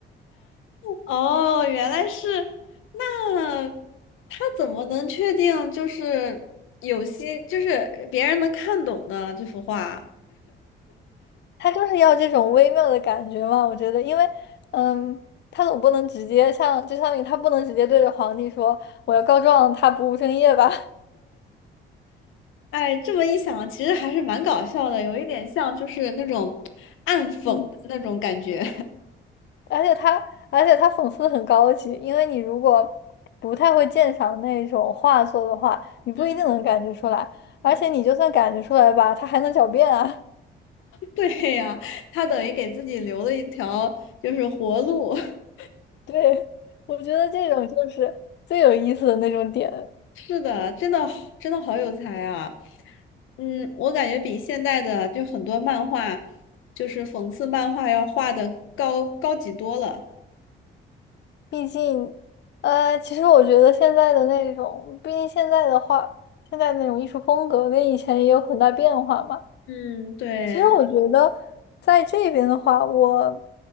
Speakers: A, on the left; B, on the left.
A: 哦，原来是，那他怎么能确定就是有些就是别人能看懂的这幅画？
B: 他就是要这种微妙的感觉嘛，我觉得，因为，嗯，他总不能直接像，就相当于他不能直接对着皇帝说我要告状，他不务正业吧，
A: 哎，这么一想，其实还是蛮搞笑的，有一点像就是那种暗讽的那种感觉。
B: <laughs> 嗯，而且他，而且他讽刺的很高级，因为你如果不太会鉴赏那种画作的话，你不一定能感觉出来，
A: <laughs> 嗯
B: 而且你就算感觉出来吧，
A: 嗯
B: 他还能狡辩啊，
A: 对呀，他等于给自己留了一条就是活路。<laughs>
B: <laughs> 对，我觉得这种就是最有意思的那种点。
A: 是的，真的好真的好有才啊！嗯，我感觉比现代的就很多漫画，就是讽刺漫画要画的高高级多了。
B: 毕竟，呃，其实我觉得现在的那种，毕竟现在的话，现在那种艺术风格跟以前也有很大变化嘛。
A: 嗯，对，
B: 其实我觉得在这边的话，我